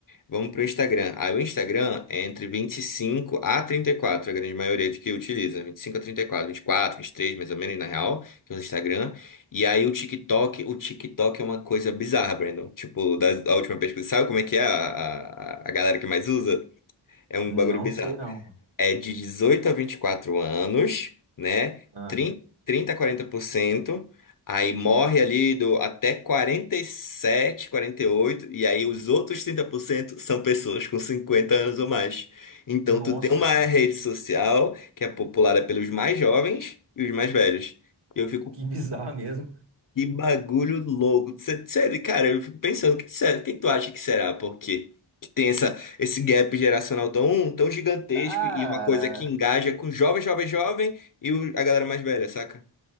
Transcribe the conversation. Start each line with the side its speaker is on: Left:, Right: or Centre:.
Left: Vamos para o Instagram. Aí o Instagram é entre 25 a 34 a grande maioria de que utiliza. vinte e cinco a trinta e e quatro, quatro, vinte e quatro, vinte e três, mais ou menos, na real, que é o Instagram. E aí o TikTok, o TikTok é uma coisa bizarra, Brandon. Tipo, da, da última pesquisa, sabe como é que é a, a, a galera que mais usa? É um
Right: Não
Left: bagulho bizarro
Right: sei, não.
Left: é de 18 a 24 anos, né?
Right: Ah.
Left: Trinta, 30 a quarenta por cento Aí morre ali do até quarenta e sete, quarenta e oito e aí os outros 30% são pessoas com 50 anos ou mais. Então
Right: Nossa,
Left: tu tem uma
Right: cara.
Left: rede social que é populada pelos mais jovens e os mais velhos. E eu fico
Right: Que <laughs> bizarro mesmo.
Left: que bagulho louco. Sé- Sério, cara, eu fico pensando, o que, será- o que tu acha que será? Porque tem essa, esse gap geracional tão, tão gigantesco
Right: Cara,
Left: e uma coisa que engaja com jovem, jovem, jovem e o- a galera mais velha, saca?